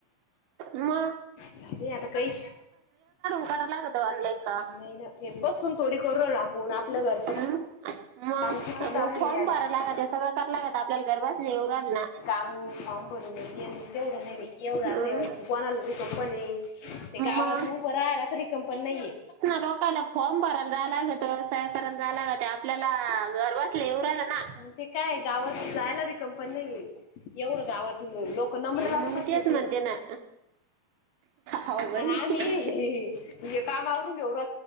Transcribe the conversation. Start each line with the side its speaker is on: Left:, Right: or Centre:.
Right: म
Left: झाले आता काही
Right: करावं लागत ऑनलाईन का
Left: नाही ना हे बसून थोडी करु रायलो आपूण आपलं घरचं
Right: हम्म मग
Left: काम किती चालू
Right: फॉर्म
Left: अरे
Right: भरायला लागत सगळं करायला लागत आपल्याला घर बसले येऊ राहिलं ना
Left: काम काम ब करून टेन <unintelligible> तेवढं नहि बाई एवढा
Right: हम्म
Left: आता, ते कोणाला रिकाम पन ये ते गावात
Right: मग
Left: उभं राहायालाच रिकाम पण नाहीये.
Right: लोकाला फॉर्म भरायला जाया लागत, सह्या करायला जाया लागत आपल्या ला घर बसल्या येऊ राहीलं ना.
Left: मग ते काय गावात जायला रि कंपनी नाही, एवढं गावात लोकं नंबरा लावून
Right: मग
Left: बसेल
Right: मी तेच म्हणते
Left: तिथं.
Right: ना हो बाई
Left: आणि आम्ही हे हे काम आवरून घेऊ र